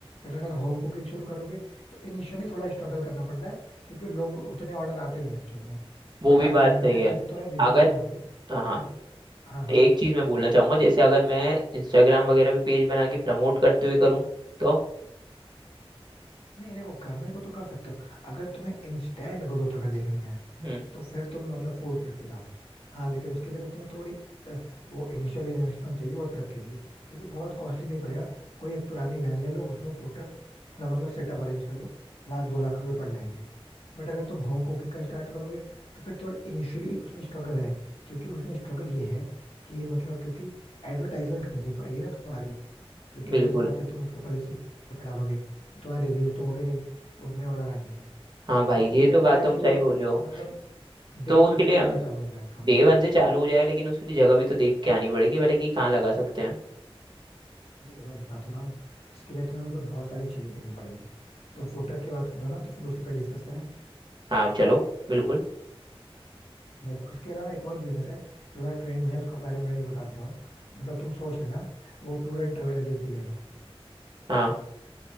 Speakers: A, on the left; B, on the right.
A: बट अगर होम कुकिंग शुरू करोगे तो इनिशियली थोड़ा स्ट्रगल करना पड़ता है क्योंकि लोग उतने ऑर्डर आते नहीं एक्चुअल में
B: वो
A: बट
B: भी
A: हाँ
B: बात
A: टाइम
B: सही
A: टू टाइम
B: है
A: जैसे तुम्हारे रिव्यू
B: अगर
A: सही होंगे
B: हाँ
A: वैसे हाँ हाँ
B: एक चीज मैं बोलना चाहूंगा जैसे अगर मैं इंस्टाग्राम वगैरह भी पेज बना के प्रमोट करते हुए करूँ तो
A: नहीं देखो करने को तो कर सकते हो अगर तुम्हें इंस्टेंट ग्रोथ अगर देखनी है
B: हम्म
A: तो फिर तुम मतलब फूड ट्रक पे जाओ हाँ लेकिन उसके लिए बस तुम्हें थोड़ी अ, वो इनिशियल इन्वेस्टमेंट चाहिए वो ट्रक के लिए क्योंकि बहुत कॉस्टली नहीं पड़ेगा कोई एक पुरानी वैन ले लो उसमें फूड ट्रक अपना मतलब सेटअप अरेंज कर लो लाख दो लाख रुपए पड़ जाएंगे बट अगर तुम होम कुकिंग का स्टार्ट करोगे तो फिर थोड़ा इनिशियली उसमें स्ट्रगल है क्योंकि उसमें स्ट्रगल ये है कि मतलब क्योंकि एडवर्टाइजमेंट करनी पड़ेगी ना तुम्हारी क्योंकि
B: बिल्कुल
A: ऑब्वियस बात है तुम उसके पहले स्विगी पे डालोगे तो तुम्हारे रिव्यूज तो होगे नहीं तो उतने ऑर्डर आएंगे नहीं
B: हाँ भाई
A: बट फूड
B: ये
A: ट्रक
B: तो
A: में
B: बात
A: क्या है
B: तुम
A: कि
B: सही
A: वो
B: बोले हो
A: मतलब डे
B: तो
A: वन
B: उसके
A: से
B: लिए
A: ही तुम्हारा
B: हम
A: चालू हो जाएगा काम
B: डे वन से चालू हो जाए लेकिन उसके लिए जगह भी तो देख के आनी पड़ेगी पहले कि कहाँ लगा सकते हैं
A: देखो मैं बता तो रहा हूँ इसके लिए तुम्हें मतलब बहुत सारी चीजें देखनी पड़ेंगी तो फूड ट्रक की बात करो ना तो फिर उसी पर डिस्कस करें
B: हाँ चलो बिल्कुल
A: देखो इसके अलावा एक और बिजनेस है जो थोड़ा ट्रेंड में है उसका बारे में भी बता देता हूँ मतलब तुम सोच लेना वो टूर एंड ट्रेवल एजेंसी ले लो
B: हाँ